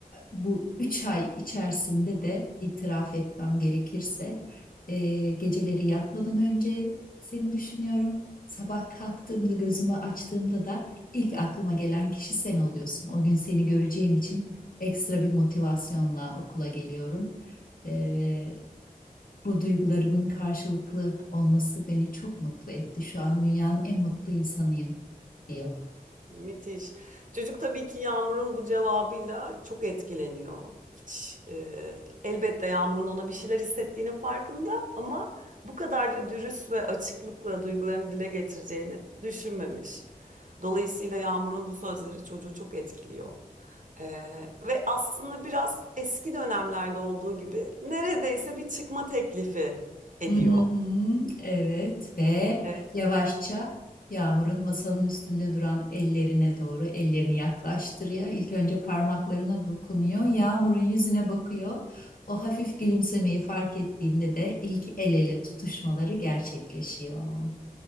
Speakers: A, on the left; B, on the right.
A: bu üç ay içerisinde de itiraf etmem gerekirse e, geceleri yatmadan önce seni düşünüyorum. Sabah kalktığımda gözümü açtığımda da ilk aklıma gelen kişi sen oluyorsun. O gün seni göreceğim için ekstra bir motivasyonla okula geliyorum. E, bu duygularımın karşılıklı olması beni çok mutlu etti. Şu an dünyanın en mutlu insanıyım diyor.
B: Müthiş. Çocuk tabii ki Yağmur'un bu cevabıyla çok etkileniyor. Hiç e, elbette Yağmur'un ona bir şeyler hissettiğinin farkında ama bu kadar da dürüst ve açıklıkla duygularını dile getireceğini düşünmemiş. Dolayısıyla Yağmur'un bu sözleri çocuğu çok etkiliyor. E, ve aslında biraz eski dönemlerde olduğu gibi neredeyse bir çıkma teklifi ediyor.
A: Hı hı, evet ve
B: E,
A: yavaşça Yağmur'un masanın üstünde duran ellerine doğru ellerini yaklaştırıyor. İlk önce parmaklarına dokunuyor. Yağmur'un yüzüne bakıyor. O hafif gülümsemeyi fark ettiğinde de ilk el ele tutuşmaları gerçekleşiyor.